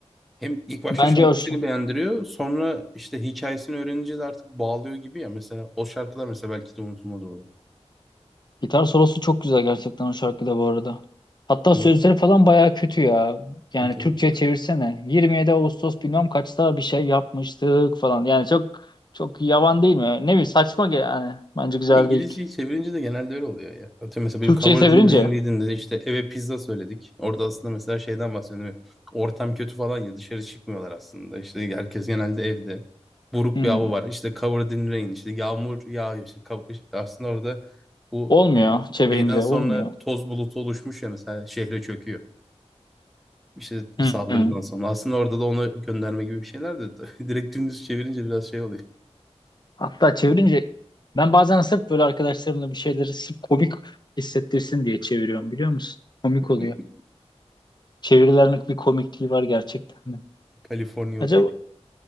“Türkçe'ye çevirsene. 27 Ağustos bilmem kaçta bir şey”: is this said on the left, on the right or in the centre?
Left